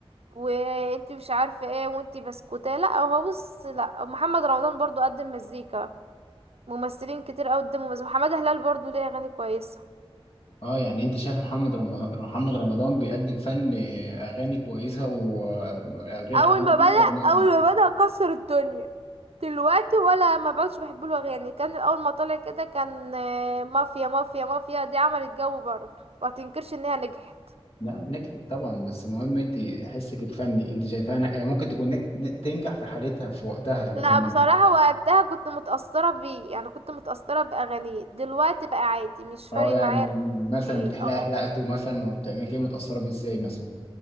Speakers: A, on the right; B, on the left.
A: وانتي مش عارفه ايه وانتي بسكوتة لا هو بص لا محمد رمضان برضو قدم مزيكا ممثلين كتير قوي قدموا مزيكا محمد هلال برضو ليه اغاني كويسه
B: اه يعني انت شايف محمد رم... محمد رمضان بيقدم فن آه، اغاني كويسه وغير
A: اول
B: حمو
A: ما
B: بيكا
A: بدأ
B: والناس دي
A: اول ما بدأ كسر الدنيا دلوقتي ولا ما بقتش بحب له يعني كان اول ما طلع كده كان آه، مافيا مافيا مافيا دي عملت جو برضه ما تنكرش انها نجحت
B: لا نجحت طبعا بس المهم انت حسك الفني انت شايفاها ن- يعني ممكن تكون نج- ن- تنجح في حالتها في وقتها لكن
A: لا بصراحة وقتها كنت متأثرة بيه يعني كنت متأثرة بأغانيه دلوقتي بقى عادي مش فارق
B: اه يعني
A: معايا
B: مثلا
A: ايه
B: بتحلقي
A: اه
B: حلقته مثلا وبتعملي كده متأثرة بيه ازاي مثلا